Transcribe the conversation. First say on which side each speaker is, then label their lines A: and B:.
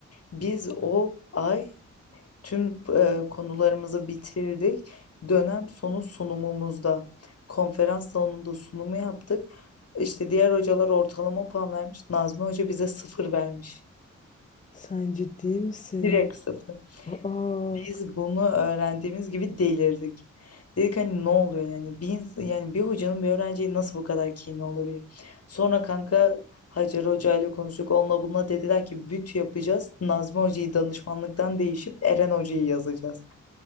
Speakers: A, on the left; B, on the left.
A: biz o ay tüm e, konularımızı bitirdik. Dönem sonu sunumumuzda konferans salonunda sunumu yaptık. İşte diğer hocalar ortalama puan vermiş. Nazmi Hoca bize sıfır vermiş.
B: sen ciddi misin?
A: Direkt sıfır.
B: Aa,
A: Biz bunu öğrendiğimiz gibi delirdik. Dedik hani ne oluyor yani bir ins- yani bir hocanın bir öğrenciye nasıl bu kadar kini olabilir? Sonra kanka Hacer Hoca ile konuştuk. Onunla bununla dediler ki büt yapacağız. Nazmi Hoca'yı danışmanlıktan değişip Eren Hoca'yı yazacağız.